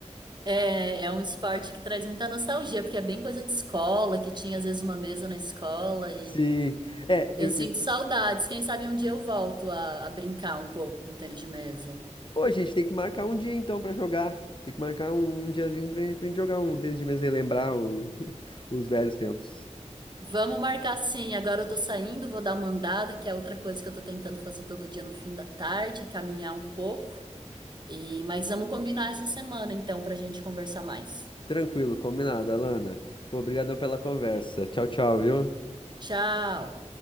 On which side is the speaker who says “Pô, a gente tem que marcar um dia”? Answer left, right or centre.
Left